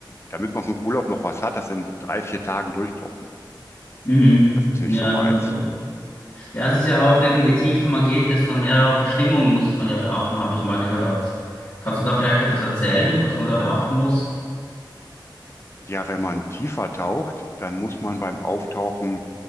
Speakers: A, on the left; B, on the left.
A: damit man vom Urlaub noch was hat, das in drei, vier Tagen durchkloppen.
B: Mhm.
A: Das ist nicht
B: Ja,
A: so meins.
B: das kann man vorstellen. Ja, es ist ja auch eben, je tiefer man geht, desto mehr Bestimmungen muss man ja beachten, habe ich mal gehört. Kannst du da vielleicht etwas erzählen, was man da beachten muss?
A: Ja, wenn man tiefer taucht, dann muss man beim Auftauchen